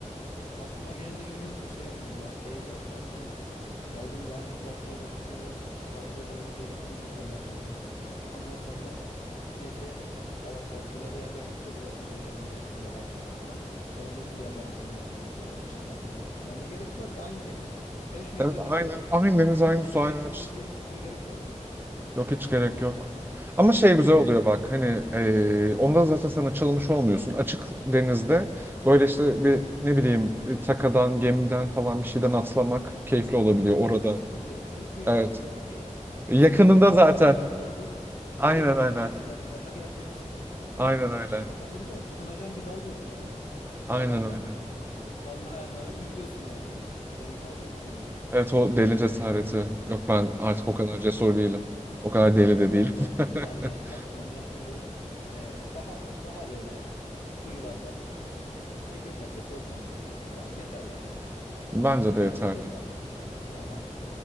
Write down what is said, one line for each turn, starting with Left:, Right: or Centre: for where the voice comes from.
Left: Aklıma gelince biliyor musun şey oldum ya. Heyecanlandım. Kalbim daha hızlı atmaya başladı ve sahile doğru deli gibi <laughs> yüzmeye başladım. Ondan sonra neyse yavaş yavaş plaja yaklaştıkça biraz şey heyecanım geçti, rahatladım falan. Sonra dedim ki ya ben bundan sonra bu kadar açılmam ya. Ya ne gerek var ki aynı deniz 5 metrede
Right: Evet aynı,
Left: de, de var.
Right: aynı deniz aynı
Left: Yani
Right: su aynı
Left: 500
Right: hepsi.
Left: metre gitmeye gerek var mı?
Right: Yok hiç gerek yok. Ama şey
Left: Aha.
Right: güzel oluyor bak hani e, ondan zaten sen açılmış olmuyorsun. Açık denizde böyle işte bir ne bileyim e, takadan, gemiden falan bir şeyden atlamak keyifli olabiliyor
Left: Orada
Right: orada.
Left: hiçbir sıkıntı yok. Çünkü
Right: Evet.
Left: hani
Right: Yakınında
Left: e, 8-9 kulaç
Right: zaten.
Left: atsan belki şeye
Right: Aynen
Left: geleceksin.
Right: aynen.
Left: yat- Yata geleceksin. Sıkıntı
Right: Aynen
Left: yok.
Right: öyle.
Left: Ama burada tutunacağın bir dal yok yani.
Right: Aynen
Left: Tamamen
Right: öyle.
Left: Allah'a emanet yüzüyorsun yani. <laughs> Denizin ortasında.
Right: Evet o deli cesareti. Yok ben artık
Left: Aha.
Right: o kadar cesur değilim. O kadar deli
Left: Yok
Right: de değilim.
Left: ben de
Right: <laughs>
Left: ben de artık onu yapmıyorum. Ee, daha daha böyle kıyılarda 8 metre 9 metre. Tamam yeter yani.
Right: Bence de yeterli.
Left: Gayet yeterli. Aha.